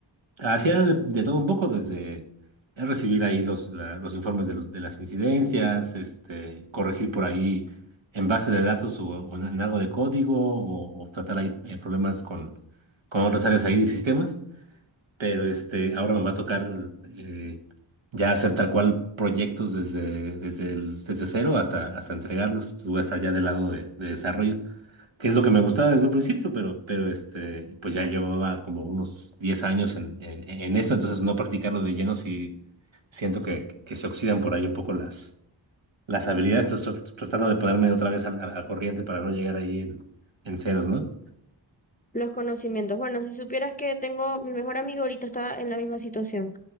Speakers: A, on the right; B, on the left.
A: Hacía de, de todo un poco, desde recibir ahí los, la- los informes de, los, de las incidencias, este, corregir por ahí en base de datos o, o en en algo de código, o, o tratar ahí eh, problemas con, con otras áreas ahí de sistemas pero este, ahora me va a tocar eh, ya hacer tal cual proyectos desde, desde, el- desde cero hasta, hasta entregarlos. Entonces voy a estar ya del lado de, de desarrollo, que es lo que me gustaba desde un principio, pero, pero este, pues ya llevaba como unos 10 años en, en, en eso, entonces no practicarlo de lleno si siento que, que se oxidan por ahí un poco las, las habilidades. Entonces trat- tratando de ponerme otra vez al, al- al corriente para no llegar ahí en, en ceros, ¿no?
B: los conocimientos. Bueno, si supieras que tengo, mi mejor amigo ahorita está en la misma situación.